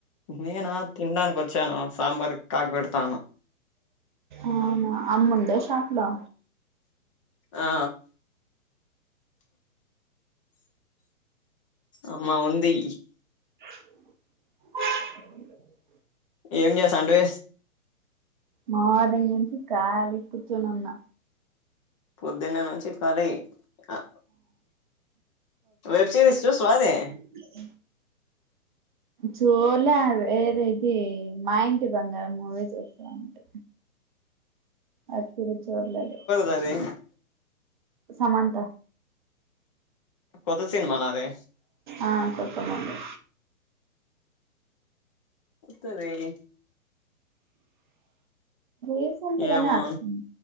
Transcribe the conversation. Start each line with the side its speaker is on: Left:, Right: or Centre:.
Left: నేనా తినడానికి వచ్చాను సాంబార్ కాగాబెడతాను
Right: అవునా అమ్మ ఉందా షాప్ లో
Left: ఆ అమ్మా ఉంది
Right: అనాడిబుల్
Left: ఎమ్ చేస్తవుఅంటే
Right: మార్నింగ్ నుంచి కాలి కూర్చునున్నా
Left: పొద్దున్నే నుంచి కాళీ ఆ వ వెబ్ సిరిస్ చూస్తావా ఆది
Right: అనాడిబుల్ చూలే ఏది ఇది మా ఇంటి బంగారం మూవీ చూస్తున అంతే అప్పుడు చూడలేదు
Left: సరే
Right: సమంత
Left: కొత్త సినిమానా అది
Right: ఆ కొట్టమను
Left: సరే
Right: ఏ ఫోన్ కనీ
Left: ఏమో